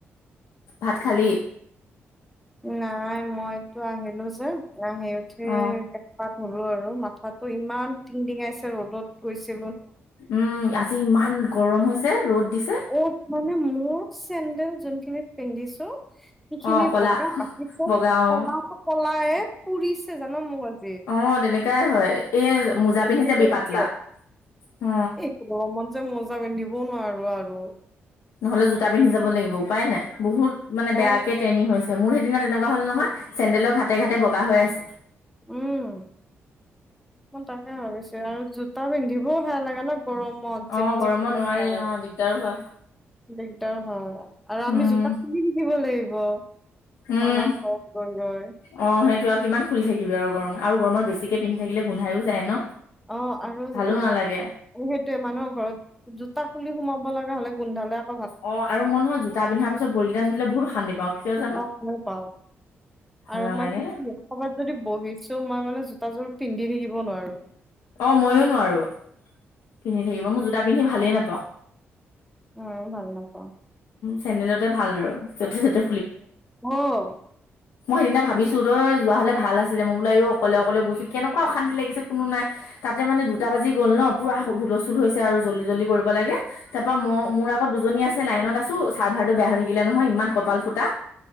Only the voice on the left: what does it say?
ভাত খালি?
অ
উম আজি ইমান গৰম হৈছে ৰ'দ দিছে।
অ কলা
বগা অ
অ তেনেকাই হয় এই মোজা পিন্ধি
যাবি পাতলা
অ
নহলে জোতা পিন্ধি যাব লাগিব উপায় নাই বহুত মানে বেয়াকে
ট্ৰেইনিং হৈছে মোৰ সেইদিনা তেনেকুৱা হ'ল নহয় চেন্দেলৰ ঘাটে ঘাটে বগা হৈ আছে।
অ গৰমত নোৱাৰি
অ দিগদাৰো হয়
উম
উম
অ সেইটো আৰু কিমান খুলি থাকিবি আৰু গৰমত আৰু গৰমত বেছিকৈ পিন্ধি থাকিলে গোন্ধায়ো যায় ন।
ভালো
নালাগে
অ আৰু মই নহয় জোতা পিন্ধাৰ পিছত ভৰিকেইটা নুধোলে বহুত অশান্তি পাওঁ কিয় জানো।
ভাল
নালাগে
অ ময়ো নোৱাৰো পিন্ধি থাকিব মোৰ জোতা পিন্ধি ভালেই নাপাওঁ।
চেণ্ডেলতে ভাল আৰু যতে যতে
মই সেইদিনা ভাবিছো তই যোৱা হলে ভাল আছিলে মই বোলাই এই অকলে অকলে গৈছো কেনেকুৱা অশান্তি লাগিছে কোনো নাই। তাতে মানে দুটা বাজি গ'ল ন। পুৰা হুলস্থুল হৈছে আৰু জল্দিজল্দি কৰিব লাগে তাৰ পৰা মই মোৰ আগত দুজনী আছে। লাইনত আছো চাৰ্ভাৰটো বেয়া হৈ থাকিলে নহয় ইমান কপাল ফুটা।